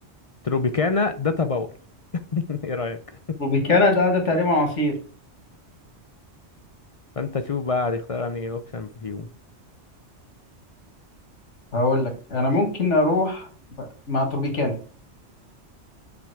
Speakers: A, on the left (about 55°); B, on the left (about 85°).
A: تروبيكانا داتا باور <laughs> ايه رأيك
B: روبيكانا ده ده تقريبا عصير
A: فانت شوف بقى هتختار انهي اوبشن فيهم
B: هقول لك أنا ممكن أروح ب- مع تروبيكانا